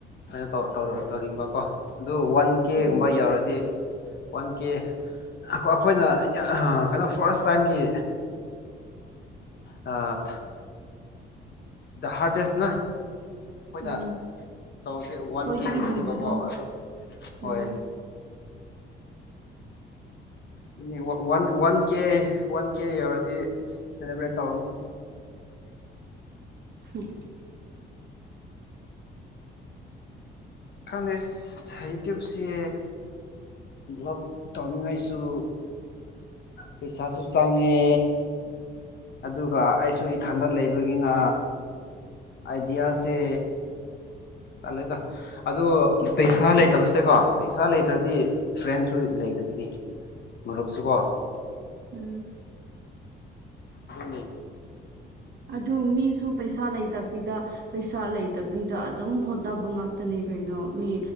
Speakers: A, on the left; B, on the right.
A: ꯑꯩꯅ ꯇꯧꯅꯤꯡꯕꯀꯣ ꯑꯗꯨ ꯋꯥꯟ ꯀꯦꯒꯨꯝꯕ
B: ꯎꯝ
A: ꯌꯧꯔꯗꯤ ꯋꯥꯟ ꯀꯦ ꯑꯩꯈꯣꯏꯅ ꯀꯩꯅꯣ ꯐꯥꯔꯁ ꯇꯥꯏꯝꯒꯤ ꯑ ꯗ ꯍꯥꯔꯇꯦꯁ ꯅ ꯑꯩꯈꯣꯏꯅ
B: ꯎꯝ
A: ꯇꯧꯁꯦ ꯋꯥꯟ
B: ꯈꯣꯏꯗꯒꯤ
A: ꯀꯦꯒꯨꯝꯅꯦꯕꯀꯣ
B: ꯂꯨꯕꯗꯣ
A: ꯑꯗꯨ
B: ꯎꯝ
A: ꯍꯣꯏ ꯑꯗꯨꯅꯤ ꯋꯥꯟ ꯋꯥꯟ ꯀꯦ ꯋꯥꯟ ꯀꯦ ꯌꯧꯔꯗꯤ ꯁꯦꯂꯦꯕ꯭ꯔꯦꯠ ꯇꯧꯔꯅꯤ
B: ꯎꯝ
A: ꯈꯪꯗꯦ ꯌꯨꯇ꯭ꯌꯨꯞꯁꯦ ꯕ꯭ꯂꯣꯛ ꯇꯧꯅꯤꯡꯉꯥꯏꯁꯨ ꯄꯩꯁꯥꯁꯨ ꯆꯪꯉꯦ ꯑꯗꯨꯒ ꯑꯩꯁꯨ ꯏꯊꯥꯟꯗ ꯂꯩꯕꯒꯤꯅ ꯑꯥꯏꯗꯤꯌꯥꯁꯦ ꯇꯂꯦꯗ ꯑꯣ ꯄꯩꯁꯥ ꯂꯩꯇꯕꯁꯦꯀꯣ ꯄꯩꯁꯥ ꯂꯩꯇ꯭ꯔꯗꯤ ꯐ꯭ꯔꯦꯟꯁꯨ ꯂꯩꯇꯕꯤꯅꯤ ꯃꯔꯨꯞꯁꯤꯀꯣ
B: ꯎꯝ
A: ꯅꯤ
B: ꯑꯗꯨ ꯃꯤꯁꯨ ꯄꯩꯁꯥ ꯂꯩꯇꯕꯤꯗ ꯄꯩꯁꯥ ꯂꯩꯇꯕꯤꯗ ꯑꯗꯨꯝ ꯍꯣꯠꯅꯕ ꯉꯥꯛꯇꯅꯦ ꯀꯩꯅꯣ ꯃꯤ